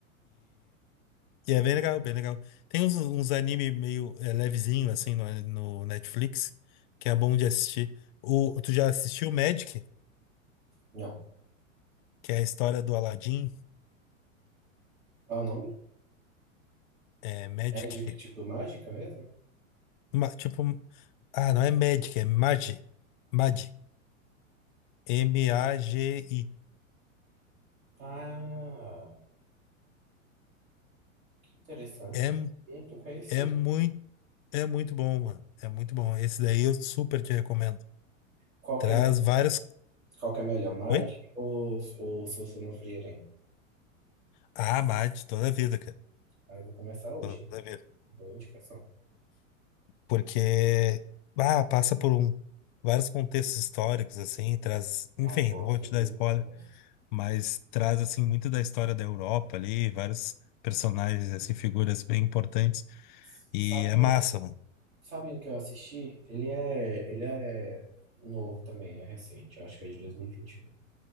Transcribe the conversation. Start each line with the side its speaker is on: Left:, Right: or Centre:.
Left: E é bem legal, bem legal. Tem uns, uns anime meio é, levezinho, assim, no, no Netflix, que é bom de assistir. O, tu já assistiu Magic,
Right: Não.
Left: que é a história do Aladdin?
Right: Qual é o nome?
Left: É, Magic.
Right: Magic, tipo mágica mesmo?
Left: Ma- tipo, ah, não é Magic, é Magi. Magi. M-A-G-I.
Right: Ah, que interessante.
Left: É, mu-
Right: Não, não conhecia.
Left: é muito, é muito bom, mano. É muito bom. Esse daí eu super te recomendo.
Right: Qual
Left: Traz
Right: que é, me-
Left: vários.
Right: qual que é melhor, Magic
Left: Oi?
Right: ou, ou Seu Sonofrieren?
Left: Ah, Magi, toda a vida, cara.
Right: Aí eu vou começar hoje,
Left: Toda
Right: então.
Left: a vida.
Right: Boa indicação.
Left: porque ah, passa por um, vários contextos históricos assim, traz, enfim,
Right: Ai, gosto,
Left: não vou te
Right: viu?
Left: dar spoiler,
Right: Gosto.
Left: mas traz assim muito da história da Europa ali, vários personagens assim, figuras bem importantes
Right: Sabe
Left: e é massa,
Right: um que,
Left: mano.
Right: sabe um que eu assisti? Ele é, ele é novo também, é recente. Eu acho que é de 2021.